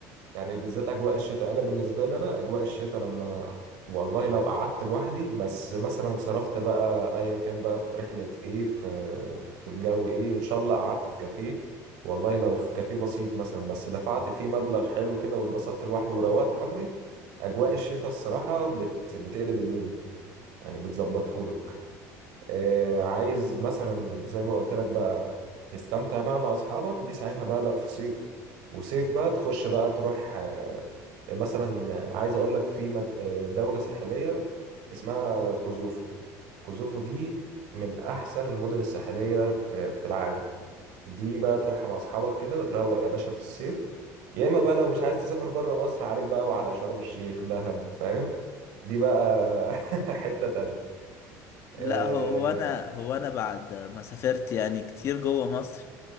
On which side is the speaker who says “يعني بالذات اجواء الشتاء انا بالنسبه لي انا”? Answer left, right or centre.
Right